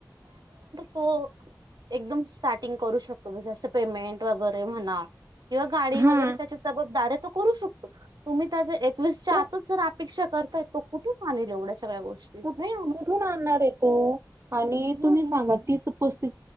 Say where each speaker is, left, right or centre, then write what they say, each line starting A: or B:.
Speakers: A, on the right; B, on the right.
A: तो एकदम स्टार्टिंग करू शकतो म्हणजे जा पेमेंट वगैरे म्हणा किंवा गाडी
B: हा
A: वगैरे त्याची जबाबदार आहे तो करू शकतो तुम्ही त्याच्या एकवीसच्या
B: तो
A: आतच जर अपेक्षा करताय तो कुठून मानेल एवढंच
B: कुठ
A: नाही
B: कुठून आणणार आहे तो आणि तुम्ही
A: नाही
B: सांगा तीस पस्तीस